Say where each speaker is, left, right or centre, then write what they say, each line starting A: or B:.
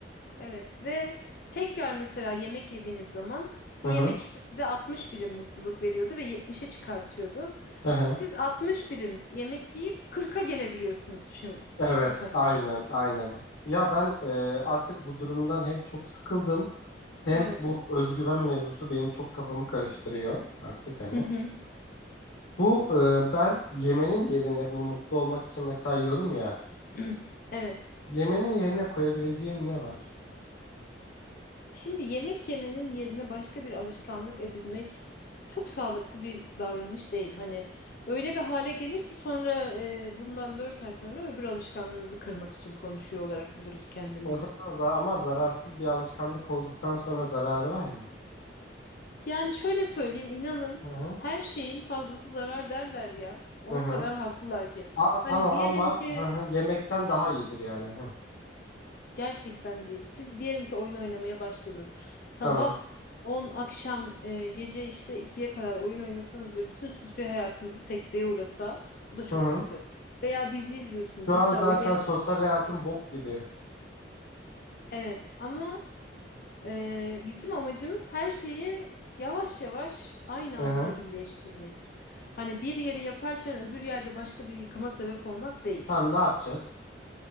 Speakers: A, on the left (about 55°); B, on the left (about 80°).
A: Evet ve tekrar mesela yemek yediğiniz zaman
B: Hı
A: bir
B: hı.
A: yemek işte size 60 birim mutluluk veriyordu ve yetmişe çıkartıyordu.
B: Hı hı.
A: Siz 60 birim yemek yiyip kırka gelebiliyorsunuz şimdi
B: Evet,
A: bu sefer.
B: aynen, aynen. Ya ben e, artık bu durumdan hem çok sıkıldım hem
A: Evet.
B: bu özgüven mevzusu benim çok kafamı karıştırıyor artık hani.
A: Hı hı.
B: Bu e, ben yemenin yerine bu mutlu olmak için mesela yiyorum ya.
A: <clears throat> Evet.
B: Yemenin yerine koyabileceğim ne var?
A: Şimdi yemek yemenin yerine başka bir alışkanlık edinmek çok sağlıklı bir davranış değil. Hani öyle bir hale gelir ki sonra e, bundan 4 ay sonra öbür alışkanlığınızı kırmak için konuşuyor olarak buluruz kendimizi.
B: O zaman zar ama zararsız bir alışkanlık olduktan sonra zararı var mı?
A: Yani şöyle söyleyeyim inanın
B: Hı hı.
A: her şeyin fazlası zarar derler ya. O
B: Hı hı.
A: kadar haklılar ki.
B: A- tamam
A: Hani diyelim
B: ama
A: ki
B: hı hı, yemekten
A: siz
B: daha iyidir yani. Hı.
A: Gerçekten değil. Siz diyelim ki oyun oynamaya başladınız. Sabah
B: Tamam.
A: 10, akşam e, gece işte ikiye kadar oyun oynasanız ve bütün sosyal hayatınızı sekteye uğrasa bu da çok
B: Hı hı.
A: kötü. Veya dizi izliyorsunuz.
B: Şu
A: Mesela
B: an zaten
A: öyle
B: sosyal hayatım bok gibi.
A: evet ama e, bizim amacımız her şeyi yavaş yavaş aynı
B: Hı
A: anda
B: hı.
A: iyileştirmek. Hani bir yeri yaparken öbür yerde başka bir yıkıma sebep olmak değil.
B: Tamam ne yapacağız?